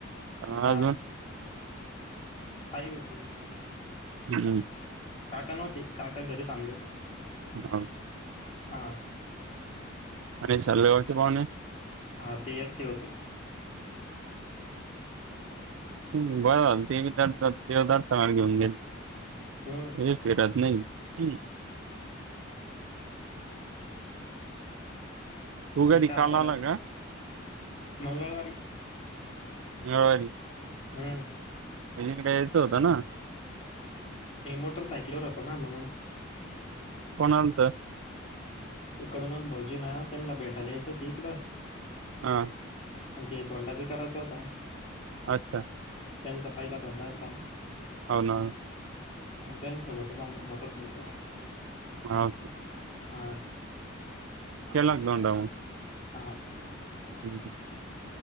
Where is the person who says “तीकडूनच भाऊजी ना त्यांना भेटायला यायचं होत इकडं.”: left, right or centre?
Left